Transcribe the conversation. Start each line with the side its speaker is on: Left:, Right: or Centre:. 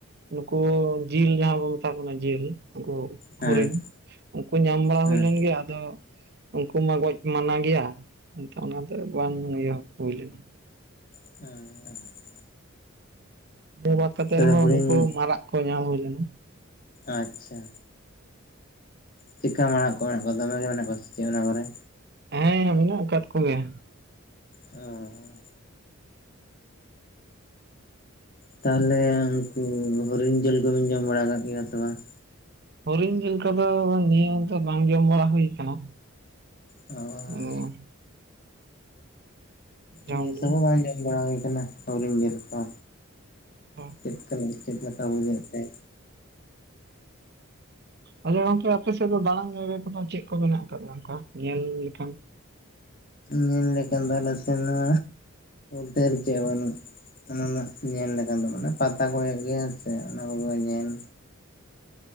Right: ᱱᱩᱠᱩ ᱡᱤᱞ ᱡᱟᱦᱟᱸ ᱵᱚᱱ ᱢᱮᱛᱟ ᱠᱚ ᱠᱟᱱᱟ ᱡᱤᱞ ᱩᱱᱠᱩ
Left: ᱦᱮᱸ
Right: ᱦᱚᱨᱤᱱ ᱩᱱᱠᱩ ᱧᱟᱢ ᱵᱟᱲᱟ
Left: ᱦᱮᱸ
Right: ᱦᱩᱭ ᱞᱮᱱ ᱜᱮᱭᱟ ᱟᱫᱚ ᱩᱱᱠᱩ ᱢᱟ ᱜᱚᱡ ᱢᱟᱱᱟ ᱜᱮᱭᱟ ᱮᱱᱛᱮ ᱚᱱᱟ ᱫᱚ ᱵᱟᱝ ᱤᱭᱟᱹ ᱦᱩᱭ ᱞᱮᱱᱟ
Left: ᱦᱟᱸ
Right: ᱫᱚ ᱵᱟᱜ ᱠᱟᱛᱮ
Left: ᱛᱟᱦᱚᱞᱮ
Right: ᱨᱮᱦᱚᱸ
Left: ᱦᱩᱰᱤᱧ
Right: ᱱᱩᱠᱩ ᱢᱟᱨᱟᱜ ᱠᱚ ᱧᱟᱢ ᱦᱩᱭ ᱞᱮᱱᱟ᱾
Left: ᱟᱪᱷᱟ ᱪᱤᱠᱟᱹ ᱢᱮᱱᱟᱜ ᱠᱚᱣᱟ ᱫᱚᱢᱮ ᱢᱮᱱᱟᱜ ᱠᱚᱣᱟ ᱥᱮ ᱪᱮᱫ ᱚᱱᱟ ᱠᱚᱨᱮ?
Right: ᱦᱮᱸ ᱢᱮᱱᱟᱜ ᱟᱠᱟᱫ ᱠᱚᱜᱮᱭᱟ᱾
Left: ᱚᱸ ᱛᱟᱦᱚᱞᱮ ᱩᱱᱠᱩ ᱦᱚᱨᱤᱱ ᱡᱤᱞ ᱠᱚᱵᱤᱱ ᱡᱚᱢ ᱵᱟᱲᱟ ᱟᱠᱟᱫ ᱜᱮᱭᱟ ᱥᱮ ᱵᱟᱝ?
Right: ᱦᱚᱨᱤᱱ ᱡᱮᱞ ᱠᱚᱫᱚ ᱱᱤᱭᱟᱹ ᱵᱟᱝ ᱡᱚᱢ ᱵᱟᱲᱟ ᱦᱩᱭᱩ ᱟᱠᱟᱱᱟ
Left: ᱚᱨᱻ
Right: ᱟᱫᱚ ᱡᱚᱢ
Left: ᱱᱤᱛᱚᱜ
Right: ᱫᱚ
Left: ᱦᱚᱸ ᱵᱟᱝ ᱡᱚᱢ ᱵᱟᱲᱟ ᱦᱚᱭ ᱟᱠᱟᱱᱟ ᱟᱶᱨᱤᱧ ᱡᱮᱢᱟ
Right: ᱦᱳᱭ
Left: <unintelligible> ᱪᱮᱫ ᱞᱮᱠᱟ ᱵᱩᱡᱷᱟ. ᱜ ᱛᱮ?
Right: ᱟᱪᱷᱟ ᱜᱚᱝᱠᱮ ᱟᱯᱮ ᱥᱮᱫ ᱫᱚ ᱫᱟᱬᱟᱱ ᱡᱟᱭᱜᱟ ᱠᱚᱫᱚ ᱪᱮᱫ ᱠᱚ ᱢᱮᱱᱟᱜ ᱟᱠᱟᱫᱟ ᱚᱱᱠᱟ ᱧᱮᱞ ᱞᱮᱠᱷᱟᱱ?
Left: ᱧᱮᱞ ᱞᱮᱠᱟᱱᱟᱜ ᱟᱞᱮᱥᱮᱫ ᱢᱟ ᱫᱚᱨ ᱜᱮ ᱵᱟᱱᱩᱜᱼᱟ᱾ ᱚᱱᱟ ᱨᱮᱱᱟᱜ ᱧᱮᱞ ᱞᱮᱠᱟ ᱫᱚ ᱵᱟᱝ ᱯᱟᱛᱟ ᱠᱚ ᱨᱮ ᱜᱮ ᱦᱮᱸ ᱥᱮ ᱚᱱᱟ ᱠᱚᱜᱮ ᱧᱮᱞ